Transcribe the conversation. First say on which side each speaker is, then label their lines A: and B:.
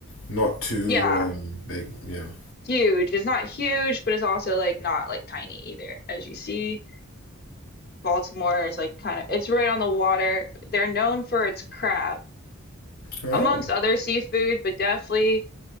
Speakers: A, on the left; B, on the left.
A: not too
B: Yeah,
A: um big. Yeah.
B: huge. It's not huge, but it's also like not like tiny either, as you see. Baltimore is like kind of it's right on the water. They're known for its crab,
A: Oh,
B: amongst other seafood, but definitely